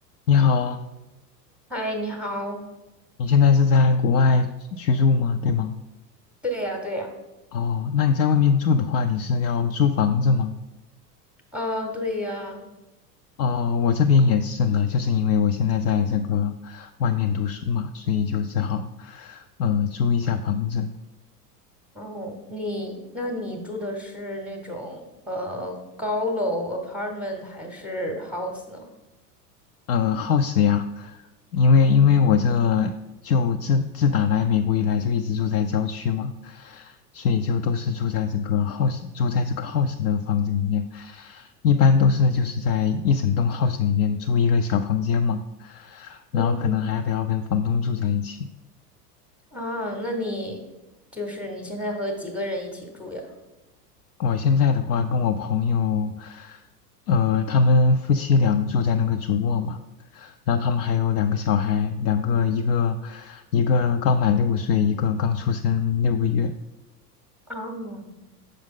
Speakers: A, on the left; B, in the centre.
A: 你好，
B: 嗨，你好。
A: 你现在是在国外居住吗？对吗？
B: 对呀，对呀，
A: 哦，那你在外面住的话，你是要租房子吗？
B: 嗯，对呀，
A: 哦，我这边也是呢，就是因为我现在在这个外面读书嘛，所以就只好呃租一下房子。
B: 哦，你，那你住的是那种呃高楼 apartment 还是 house 呢？
A: 呃，house 呀，因为因为我这就自自打来美国以来就一直住在郊区嘛，所以就都是住在这个 house 住在这个 house 的房子里面，一般都是就是在一整栋 house 里面租一个小房间嘛，然后可能还得要跟房东住在一起。
B: 嗯，啊，那你就是你现在和几个人一起住呀？
A: 我现在的话，跟我朋友，呃，他们夫妻俩住在那个主卧嘛，然后他们还有两个小孩，两个一个一个刚满六岁，一个刚出生六个月。
B: 啊，